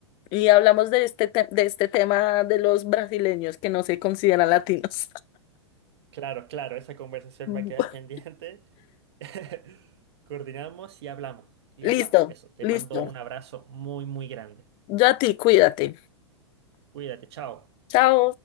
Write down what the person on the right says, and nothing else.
Claro, claro, esa conversación
va a quedar pendiente. <laughs> Coordinamos y hablamos, y
hablamos. Eso, te
mando un abrazo muy, muy grande.
Cuídate, chao.